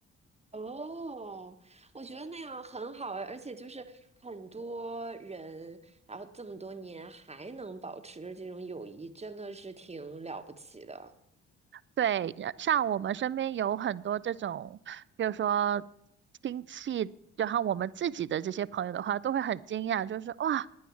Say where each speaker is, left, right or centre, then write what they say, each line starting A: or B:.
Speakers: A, on the right; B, on the right.
A: 哦，我觉得那样很好哎，而且就是很多人，然后这么多年还能保持着这种友谊，真的是挺了不起的。
B: 对，呃像我们身边有很多这种，比如说亲戚，然后我们自己的这些朋友的话，都会很惊讶，就是哇，